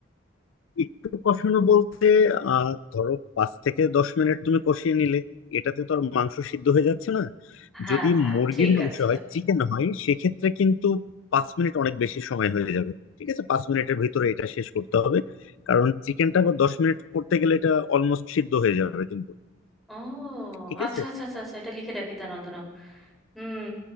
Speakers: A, on the left; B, in the centre.
A: একটু কষানো বলতে আহ ধরো পাঁচ থেকে দশ মিনিট তুমি কষিয়ে নিলে এটাতে তো আর মাংস সিদ্ধ হয়ে যাচ্ছে না
B: হ্যাঁ
A: যদি
B: হ্যাঁ
A: মুরগির
B: ঠিক
A: মাংস
B: আছে
A: হয় চিকেন হয় সেক্ষেত্রে কিন্তু পাঁচ মিনিট অনেক বেশি সময় হয়ে যাবে ঠিক আছে পাঁচ মিনিটের ভিতরে এটা শেষ করতে হবে কারণ চিকেনটা আবার দশ মিনিট করতে গেলে এটা অলমোস্ট সিদ্ধ হয়ে যাবে কিন্তু
B: ও
A: ঠিক
B: আচ্ছা
A: আছে
B: আচ্ছা আচ্ছা আচ্ছা এটা লিখে রাখি দাঁড়াও দাঁড়াও হুম